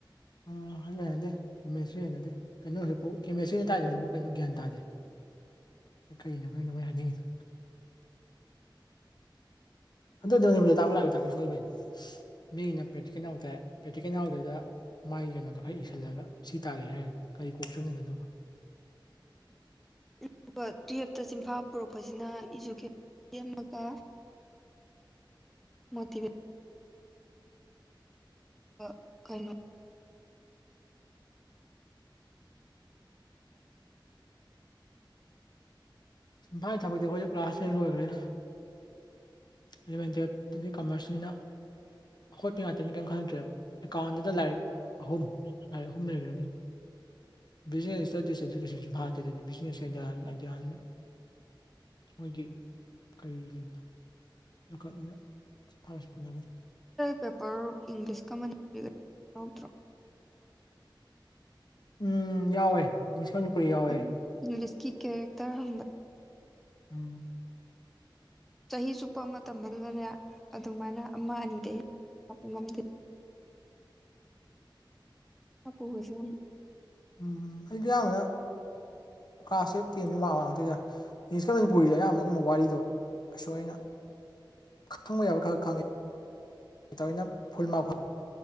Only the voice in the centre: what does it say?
ꯑꯗꯨꯒ ꯇꯨꯌꯦꯞꯇ ꯆꯤꯡꯐꯥ ꯄꯨꯔꯛꯄꯁꯤꯅ ꯏꯖꯨꯀꯦ ꯑꯃꯒ ꯃꯣꯇꯤꯕꯦ ꯑ ꯀꯩꯅꯣ
ꯄꯦꯄꯔ ꯏꯪꯂꯤꯁꯀ ꯃꯒ ꯌꯥꯎꯗ꯭ꯔꯣ
ꯑꯗꯨ ꯏꯪꯂꯤꯁꯀꯤ ꯀꯦꯔꯦꯛꯇꯔ ꯍꯕ
ꯆꯍꯤ ꯆꯨꯞꯄ ꯃꯇꯝꯝꯕꯗꯨꯗꯅꯦ ꯑꯗꯨꯃꯥꯏꯅ ꯑꯃ ꯑꯅꯤꯗꯩ ꯂꯄ ꯉꯝꯗꯦ ꯑꯄꯖꯝ